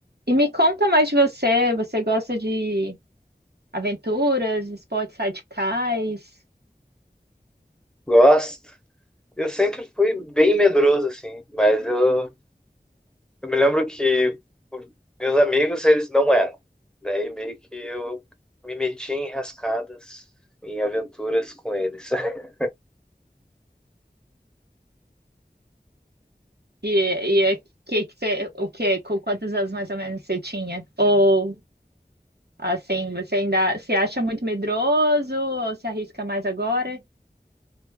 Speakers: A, on the right; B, in the centre.
A: E me conta mais de você. Você gosta de aventuras, esportes radicais?
B: Gosto. Eu sempre fui bem medroso, assim, mas eu, eu me lembro que por- meus amigos, eles não eram. Daí meio que eu me meti em rascadas, em aventuras com eles. <laughs>
A: E, e é- que que você, o que, com quantos anos mais ou menos você tinha? Ou assim, você ainda se acha muito medroso ou se arrisca mais agora?